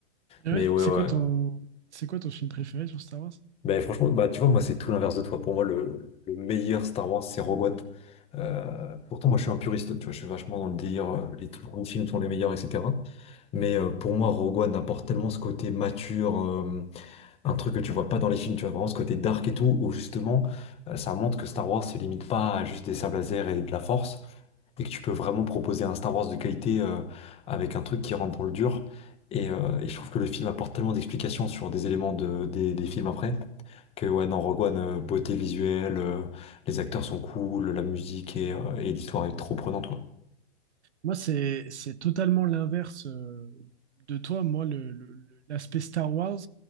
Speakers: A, on the right; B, on the left.
A: Et
B: mais
A: ouais,
B: ouais
A: c'est
B: ouais.
A: quoi ton, c'est quoi ton film préféré sur Star Wars?
B: Ben franchement, bah tu vois, moi c'est tout l'inverse de toi. Pour moi, le, le meilleur Star Wars, c'est Rogue One. Euh, pourtant, moi je suis un puriste, tu vois, je suis vachement dans le délire, euh, les tout grands films sont les meilleurs, etc. Mais euh, pour moi, Rogue One apporte tellement ce côté mature, euh, un truc que tu vois pas dans les films, tu vois, vraiment ce côté dark et tout, où justement, euh, ça montre que Star Wars se limite pas à juste des sables laser et de la force, et que tu peux vraiment proposer un Star Wars de qualité euh, avec un truc qui rentre dans le dur. Et, euh, et je trouve que le film apporte tellement d'explications sur des éléments de, des des films après. Que ouais, dans Rogue One, euh, beauté visuelle, euh, les acteurs sont cool, la musique et, euh, et l'histoire est trop prenante, quoi.
A: Moi, c'est c'est totalement l'inverse euh, de toi. Moi, le, le- le- l'aspect Star Wars,